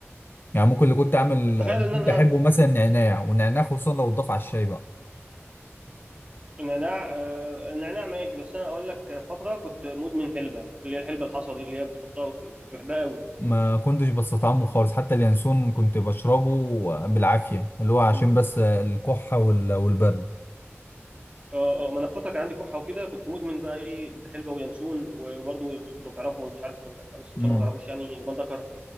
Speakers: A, on the left; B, on the right.
A: يعني ممكن اللي كنت اعمل
B: تخيل ان
A: كنت
B: انا
A: احبه مثلا نعناع والنعناع خصوصا لو اتضاف على الشاي بقى
B: النعناع آه، النعناع ماشي بس انا اقول لك فتره كنت مدمن حلبه اللي هي الحلبه الحصى دي اللي هي بتحطها وت- كنت بحبها قوي
A: ما كنتش بستطعمه خالص حتى اليانسون كنت بشربه بالعافية اللي هو عشان
B: مم.
A: بس الكحة وال- والبرد
B: اه اه ما انا في فتره كان عندي كحه وكده كنت مدمن بقى ايه حلبه وينسون وبرضه لو تعرفوا مش عارف ولا لأ، بس ان
A: امم
B: شاء الله ما تعرفوش يعني لبان دكر